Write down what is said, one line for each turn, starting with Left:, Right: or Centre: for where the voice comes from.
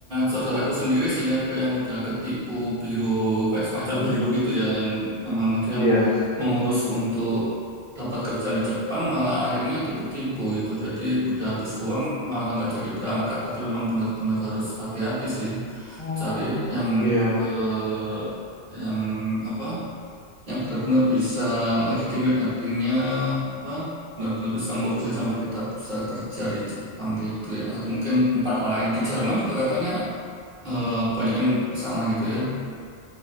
Right: saudaraku sendiri sih ada yang udah ketipu biro kayak semacam
Left: Hmm,
Right: biro gitu ya yang memang dia
Left: iya
Right: mengurus untuk dapat kerjaan di Jepang malah akhirnya tipu-tipu gitu. Jadi udah habis uang malah nggak jadi berangkat. Jadi memang benar-benar harus hati-hati sih
Left: oh
Right: cari yang
Left: iya
Right: eh, yang apa? yang benar-benar bisa legitimate artinya apa benar-benar bisa ngurusin sampai kita bisa kerja di Jepang gitu ya atau mungkin tempat lain di Jerman juga katanya eh, banyak yang ke sana gitu ya